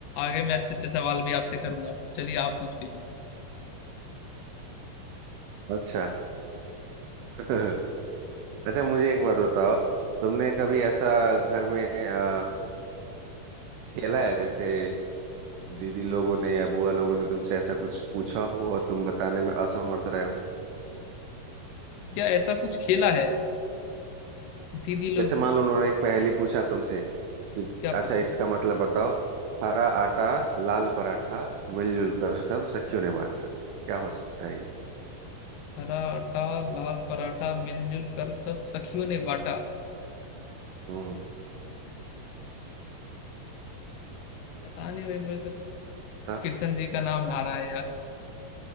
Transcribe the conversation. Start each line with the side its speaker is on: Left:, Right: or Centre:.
Left: आगे मैं अच्छे अच्छे सवाल भी आपसे करूंगा चलिए आप पूछ लीजिए
Right: अच्छा <laughs> अच्छा मुझे एक बात बताओ तुमने कभी ऐसा घर में अ, खेला है जैसे दीदी लोगों ने या बुआ लोगों ने तुमसे ऐसा कुछ पूछा हो और तुम बताने में असमर्थ रहे हो
Left: क्या ऐसा कुछ खेला है दीदी
Right: जैसे
Left: लोग
Right: मान लो उन्होंने एक पहेली पूछा तुमसे कि
Left: क्या
Right: अच्छा
Left: पूछा
Right: इसका मतलब बताओ हरा आटा लाल पराठा मिलजुल कर सब सखियों ने बांटा क्या हो सकता है ये
Left: हरा आटा लाल पराठा मिलजुल कर सब सखियों ने बांटा
Right: हम्म
Left: पता नहीं भाई मुझे तो
Right: बता
Left: कृष्ण जी का नाम आ रहा है यार